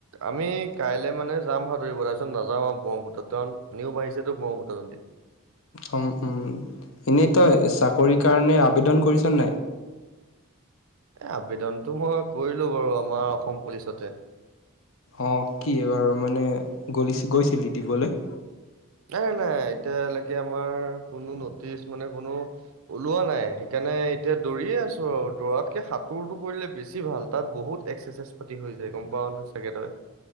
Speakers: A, on the right (about 70°); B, on the left (about 65°).
A: আমি কাইলে মানে যাম তাৰপাছত নাযাও আৰু ব্ৰহ্মপুত কাৰণ পানীও বাঢিছেতো ব্ৰহ্মপুত্ৰ আজি।
B: উম উম। এনেই তই চাকৰি কাৰণে আবেদন কৰিছো নে নাই?
A: এই আবেদনতটো মই কৰিলো বাৰু আমাৰ অসম পুলিচতে
B: অ কি এইবাৰু মানে গল গৈছিলি দিবলৈ?
A: নাই নাই এতিয়ালৈকে আমাৰ কোনো নটিচ মানে কোনো ওলোৱা নাই সেইকাৰণে এতিয়া দৌৰিয়ে আছো আৰু দৌৰাতকে সাঁতোৰটো কৰিলে বেছি ভাল, তাত বহুত এক্সাৰচাইজ পাতি হৈ যায় গম পাও ল চাগে তই